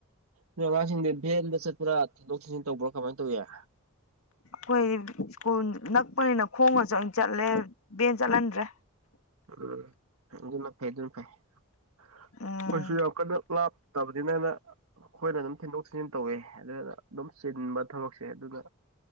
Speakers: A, on the right (about 80°); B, on the left (about 70°).
A: ꯅꯣꯏ ꯑꯉꯥꯡꯁꯤꯡꯗꯤ ꯚꯦꯟꯗ ꯆꯠꯄ꯭ꯔꯥ ꯊꯤꯟꯗꯣꯛ ꯊꯤꯟꯖꯤꯟ ꯇꯧꯕ꯭ꯔꯣ ꯀꯃꯥꯏ ꯇꯧꯕꯌꯥ
B: ꯑꯩꯈꯣꯏ ꯁ꯭ꯀꯨꯜ ꯅꯛꯄꯅꯤꯅ ꯈꯣꯡꯉꯁꯨ ꯑꯣꯏꯅ ꯆꯠꯂꯦ ꯕꯦꯟ ꯆꯠꯍꯟꯗ꯭ꯔꯦ
A: ꯎꯝ ꯑꯗꯨꯃ ꯐ ꯑꯗꯨꯝ ꯐꯥꯏ ꯑꯩꯣꯏꯁꯨ
B: ꯎꯝ
A: ꯌꯥꯝ ꯀꯟꯅ ꯂꯥꯞꯇꯕꯅꯤꯅ ꯑꯅ ꯑꯩꯈꯣꯏꯅ ꯑꯗꯨꯝ ꯊꯤꯟꯗꯣꯛ ꯊꯤꯟꯖꯤꯟ ꯇꯧꯋꯦ ꯑꯗꯨꯅ ꯑꯗꯨꯝ ꯆꯤꯟꯕ ꯊꯕꯛꯁꯦ ꯑꯗꯨꯅ